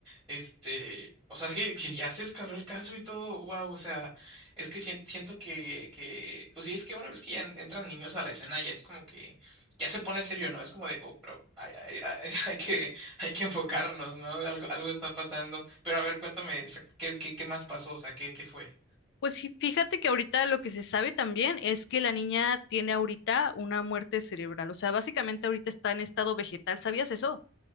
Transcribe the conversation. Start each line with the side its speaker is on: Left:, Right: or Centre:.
Centre: Este, o sea, que, que ya se escaló el caso y todo, wow, o sea, es que sien- siento que, que, pues sí, es que una vez que ya en- entran niños a la escena, ya es como que, ya se pone serio, ¿no? Es como de, oh, pero hay, hay- hay- <laughs> hay que, hay que enfocarnos, ¿no? Algo, algo está pasando. Pero a ver, cuéntame, o sea, ¿qué, qué, qué más pasó? O sea, ¿qué, qué fue?
Left: Pues fí- fíjate que ahorita lo que se sabe también es que la niña tiene ahorita una muerte cerebral, o sea, básicamente ahorita está en estado vegetal, ¿sabías eso?